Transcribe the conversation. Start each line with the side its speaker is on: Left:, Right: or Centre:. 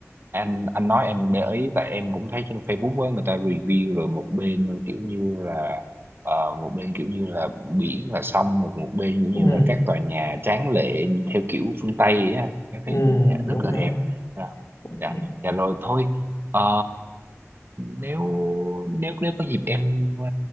Right: anh anh nói em để ý tại em cũng thấy trên Facebook á người ta review rồi một bên kiểu như là ờ, một bên kiểu như là biển là sông rồi một bên kiểu như
Left: ừ,
Right: là các tòa nhà tráng lệ theo kiểu phương Tây ấy anh em
Left: ừ,
Right: thấy những nhà
Left: đúng
Right: rất là
Left: rồi
Right: đẹp dạ
Left: ok
Right: dạ dạ rồi thôi Ờ, nếu nếu nếu có dịp em ờ,